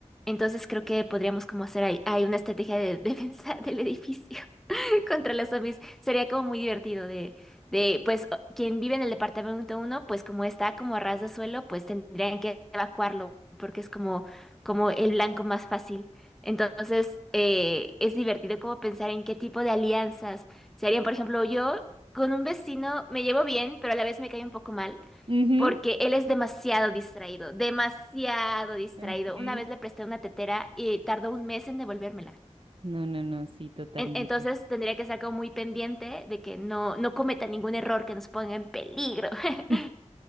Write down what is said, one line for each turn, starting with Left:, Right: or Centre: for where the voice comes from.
Centre: entonces creo que podríamos como hacer ahí, ahí una estrategia de <laughs> defensa del edificio. <laughs> contra los zombies. Sería como muy divertido de, de, pues, o- quien vive en el departamento uno, pues como está como a ras de suelo, pues tendrían que evacuarlo, porque es como, como el blanco más fácil. Entonces, eh, es divertido como pensar en qué tipo de alianzas se harían. Por ejemplo, yo con un vecino me llevo bien, pero a la vez me cae un poco mal.
Right: ujú.
Centre: Porque él es demasiado distraído, demasiado distraído.
Right: Ok.
Centre: Una vez le presté una tetera y tardó un mes en devolvérmela.
Right: No, no, no, sí, totalmente.
Centre: En- entonces tendría que estar como muy pendiente de que no, no cometa ningún error que nos ponga en peligro. <laughs>
Right: <laughs>